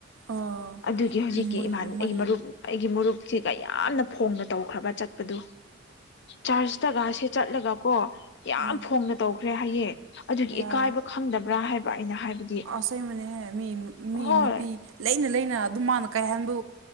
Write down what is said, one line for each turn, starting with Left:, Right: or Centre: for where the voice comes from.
Right: ꯑꯥ
Left: ꯑꯗꯨꯒꯤ ꯍꯧꯖꯤꯛꯀꯤ
Right: ꯃꯣꯏ
Left: ꯏꯃꯥꯟ
Right: ꯃꯩ
Left: ꯑꯩꯒꯤ ꯃꯔꯨꯞ ꯑꯩꯒꯤ ꯃꯨꯔꯨꯞꯁꯤꯒ ꯌꯥꯝꯅ ꯐꯣꯡꯅ ꯇꯧꯈ꯭ꯔꯕ ꯆꯠꯄꯗꯨ ꯆꯔꯆꯇꯒꯁꯦ ꯆꯠꯂꯒꯀꯣ ꯌꯥꯝ
Right: ꯎꯝ
Left: ꯐꯣꯡꯅ ꯇꯧꯈ꯭ꯔꯦ ꯍꯥꯏꯌꯦ ꯑꯗꯨꯒꯤ
Right: ꯌꯥ
Left: ꯏꯀꯥꯏꯕ ꯈꯪꯗꯕ꯭ꯔꯥ ꯍꯥꯏꯕ ꯑꯩꯅ ꯍꯥꯏꯕꯗꯤ
Right: ꯑꯁꯦꯡꯕꯅꯦꯍꯦ ꯃꯤ ꯃꯤ
Left: ꯍꯣꯏ
Right: ꯅꯨꯄꯤ ꯂꯩꯅ ꯂꯩꯅ ꯑꯗꯨꯝ ꯃꯥꯅ ꯀꯥꯏꯍꯟꯕꯨ